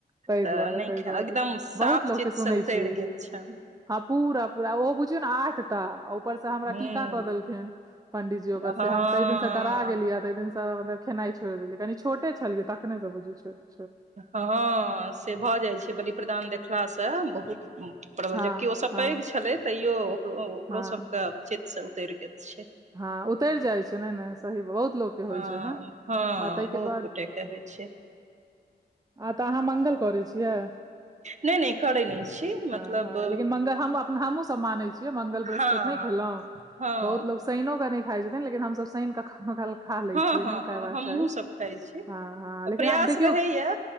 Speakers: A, on the right; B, on the right.
A: ताहि
B: त
A: दुआरे
B: नहि
A: ताहि
B: खाइ
A: दुआरे
B: एकदम साफ
A: बहुत लोकके
B: चीसँ
A: सुनै
B: उतर
A: छियै ई
B: गेल
A: चीज
B: छैन
A: हँ पूरा पूरा ओहो बुझियौ नऽ आठ टा ऊपरसँ हमरा
B: हूँ
A: टीका क देलखिन पंडिजी ओकर
B: हँ
A: से हम तइ दिन से डरा गेलियै तेय दिन सँ मलब खेनाइ छोड़ देलये कनि छोटे छलियै तखने से बुछयो छोड़ देलये
B: हँ से भ जाइ छै बलि प्रदान देखलासँ बहुत पर
A: हँ
B: जबकि ओसँ
A: हँ
B: पैघ छलै तैयो ओकरो
A: हँ
B: सबके चीतसँ उतरि गेल छै
A: हँ उतरि जाइ छै नय नऽ सही बात बहुत लोग के
B: हँ
A: होय छे ऐना
B: हँ
A: ते के
B: बहुत
A: बाद
B: गोटेके होइ छै
A: आ त अहाँ मंगल करै छियै
B: नहि नहि करै नहि छी
A: हँ
B: मतलब
A: हँ लेकिन मंगल हम अप हमहूँ सब माने छियै मंगल
B: हँ
A: बृहस्पति नहि खेलो
B: हँ
A: बहुत लोक शेनो के नहि खाय छथिन लेकिन हम सब शनि कऽ कखनो काल कऽ खा लै
B: हँ
A: छियै
B: हँ
A: नहि खयबाक
B: हमहुँ
A: चाही
B: सब खाइ छी
A: हँ हँ
B: प्रयास
A: लेकिन आब देखियौ
B: रहैया